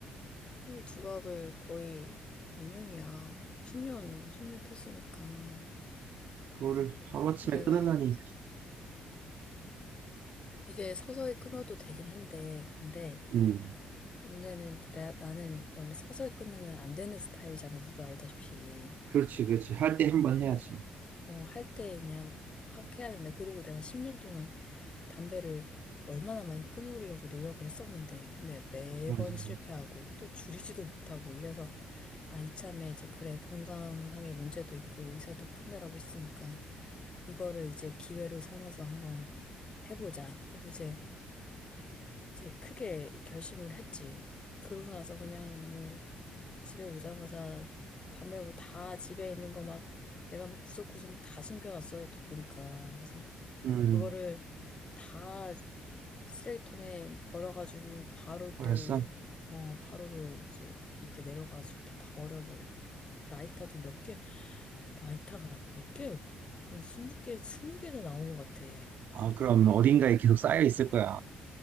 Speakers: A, on the left; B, on the right.
A: 하루 두 갑을 거의 몇 년이야. 10년, 10년 폈으니까.
B: 그거를 하루아침에
A: 그래서
B: 끊으려니.
A: 내가 이게 서서히 끊어도 되긴 한데, 근데
B: 음,
A: 문제는 내, 나는 원래 서서히 끝내면 안 되는 스타일이잖아. 너도 알다시피.
B: 그렇지, 그렇지. 할 때 한 번
A: 이게
B: 해야지.
A: 뭐 할 때 그냥 확 해야 된다. 그리고 내가 10년 동안 담배를 얼마나 많이 끊으려고 노력을 했었는데, 근데 매번
B: 맞아, 맞아.
A: 실패하고 또 줄이지도 못하고 이래서, 아, 이참에 이제 그래, 건강상의 문제도 있고 의사도 끝내라고 했으니까, 이거를 이제 기회로 삼아서 한번 해보자. 하고 이제, 이제 크게 결심을 했지. 그러고 나서 그냥 뭐, 집에 오자마자 담배 뭐다 집에 있는 거 막 내가 막 구석구석 뭐 다 숨겨놨어요. 또 보니까. 그래서
B: 음,
A: 그거를 다 쓰레기통에 버려가지고 바로
B: 그랬어?
A: 또, 어, 바로 또 이제 밑에 내려가지고 다, 다 버려버리고. 라이터도 몇 개, 라이터가 몇 개, 한 20개, 20개나 나온 것 같아.
B: 아, 그럼 어딘가에 계속 쌓여 있을 거야.